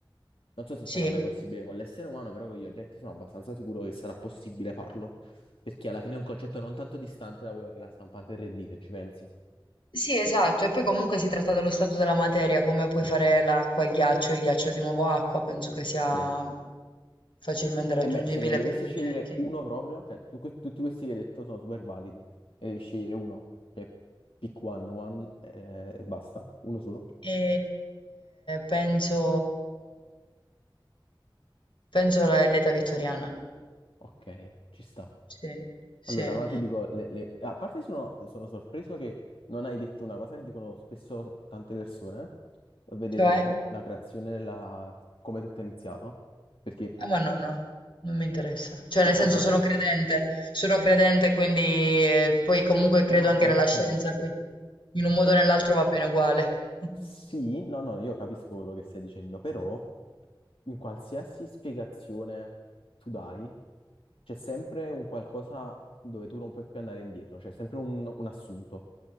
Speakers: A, on the left (about 90°); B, on the left (about 65°).
A: Non so se
B: sì.
A: sarà mai possibile con l'essere umano, però con gli oggetti sono abbastanza sicuro che sarà possibile farlo, perché alla fine è un concetto non tanto distante da quello che è la stampante 3D, se ci pensi.
B: Sì, esatto, e poi comunque si tratta dello stato della materia, come puoi
A: Sì.
B: fare l'acqua, il ghiaccio, il ghiaccio di nuovo acqua, penso che sia
A: Sì.
B: facilmente raggiungibile
A: E beh, se ne dovessi
B: per gli oggetti.
A: scegliere uno proprio, cioè tu- que- tutti questi che hai detto sono super validi, e devi scegliere uno, cioè pick one, one eh, e basta, uno solo.
B: E penso, penso la- l'età vittoriana,
A: Ok, ci sta.
B: sì, sì.
A: Allora, ma ti dico, le- le- a parte sono, sono sorpreso che non hai detto una cosa che dicono spesso tante persone, vedere
B: Cioè?
A: la, cre- la creazione, della- come tutto è iniziato, perché,
B: Ah, ma no, no, non mi interessa. Cioè,
A: ma
B: nel
A: come
B: senso,
A: no?
B: sono credente, sono credente, quindi eh, poi comunque credo
A: Eh, ah,
B: anche
A: eh,
B: nella
A: ok.
B: scienza, quindi in un modo
A: Eh,
B: o nell'altro va bene uguale. <laughs>
A: Sì, no, no, io capisco quello che stai dicendo, però in qualsiasi spiegazione tu dai, c'è sempre un qualcosa dove tu non puoi più andare indietro, c'è sempre un, un assunto.